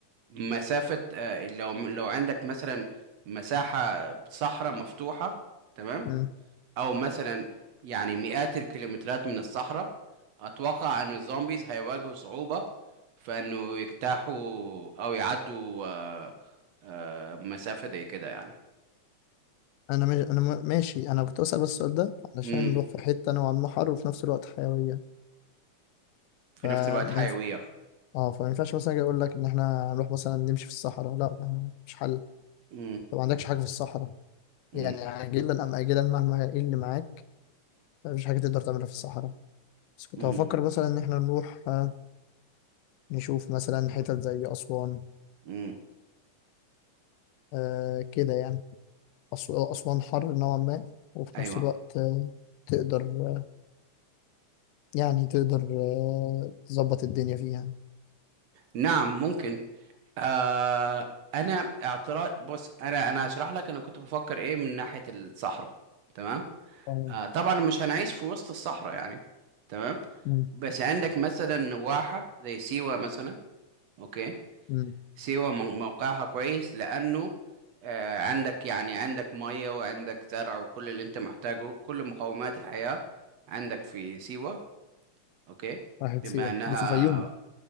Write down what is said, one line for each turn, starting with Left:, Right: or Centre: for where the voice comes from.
Right: مسافة آه لو لو عندك مثلا مساحة صحراء مفتوحة تمام
Left: مم.
Right: او مثلا يعني مئات الكيلومترات من الصحراء اتوقع انه الزومبيز هيواجهوا صعوبة في انه يجتاحوا او يعدوا آه آه مسافة زي كده يعني
Left: أنا ماشي أنا م- ماشي أنا كنت بسأل بس السؤال ده علشان
Right: امم
Left: نروح في حتة نوعا ما حر وفي نفس الوقت حيوية
Right: في
Left: فما
Right: نفس الوقت حيوية
Left: ينفع اه فما ينفعش مثلا أجي أقول لك إن إحنا هنروح مثلا نمشي في الصحراء لا مش حل
Right: امم
Left: طب ما عندكش حاجة في الصحراء
Right: امم
Left: يعني عاجلا أم آجلا مهما إيه اللي معاك مفيش حاجة تقدر تعملها في الصحراء بس كنت
Right: امم
Left: هفكر مثلا إن إحنا نروح آه، نشوف مثلا حتت زي أسوان
Right: امم
Left: آه، كده يعني أس- أسوان حر نوعا ما وفي
Right: ايوه
Left: نفس الوقت آه، تقدر آه، يعني تقدر آه، تظبط الدنيا فيها
Right: نعم ممكن آه انا اعتراض بص انا انا هشرح لك انا كنت بفكر ايه من ناحية الصحراء تمام
Left: آه،
Right: آه طبعا مش هنعيش في وسط الصحراء يعني تمام
Left: مم،
Right: بس عندك مثلا نواحة زي سيوة مثلا اوكي
Left: مم.
Right: سيوة مو- موقعها كويس لانه آه عندك يعني عندك مية وعندك زرع وكل اللي انت محتاجه كل مقومات الحياة عندك في سيوة اوكي
Left: واحد
Right: بما
Left: سيوة
Right: انها
Left: دي في الفيوم